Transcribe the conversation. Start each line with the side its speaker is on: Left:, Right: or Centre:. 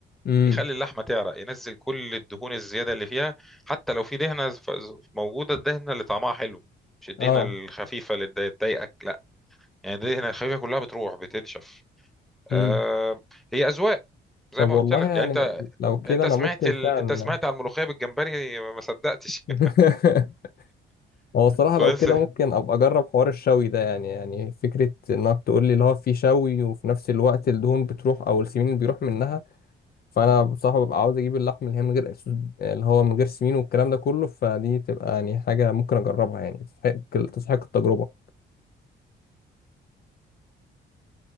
Left: امم
Centre: يخلي اللحمة تعرق ينزل كل الدهون الزيادة اللي فيها حتى لو في دهنة ف- موجودة الدهنة اللي طعمها حلو مش الدهنة
Left: اه
Centre: الخفيفة اللي تضايقك لا يعني دي هنا الخفيفة كلها بتروح بتنشف
Left: امم
Centre: آه هي أذواق زي
Left: طب
Centre: ما
Left: والله
Centre: قلت لك
Left: يعني
Centre: يعني انت
Left: لو كده
Centre: انت
Left: انا
Centre: سمعت
Left: ممكن
Centre: ال...
Left: فعلا
Centre: انت سمعت على الملوخية بالجمبري ما صدقتش
Left: <laughs>
Centre: <laughs>
Left: هو الصراحة
Centre: بس
Left: لو كده ممكن أبقى أجرب حوار الشوي ده يعني يعني فكرة إنك تقول لي اللي هو في شوي وفي نفس الوقت الدهون بتروح أو السمين اللي بيروح منها فأنا بصراحة ببقى عاوز أجيب اللحم اللي هي من غير أسود- اللي هو من غير سمين والكلام ده كله فدي تبقى يعني حاجة ممكن أجربها يعني تستحق تستحق التجربة